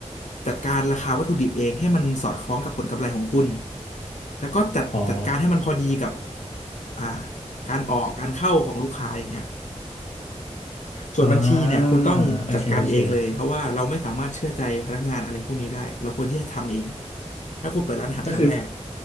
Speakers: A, on the left; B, on the left.
A: จัดการราคาวัตถุดิบเองให้มันสอดคล้องกับผลกำไรของคุณแล้วก็จัดจัดการให้มันพอดีกับ
B: อ๋อ
A: อ่าการออกการเข้าของลูกค้าอย่างเงี้ยส่วนบัญชีเนี่ยคุณต้องจัดการเองเลยเพราะว่าเราไม่สามารถเชื่อใจพนักงานอะไรพวกนี้ได้เราควรที่จะทำเอง
B: อ่าโอเคโอเค
A: ถ้าคุณเปิดร้านอาหารครั้งแรก
B: ก็คือ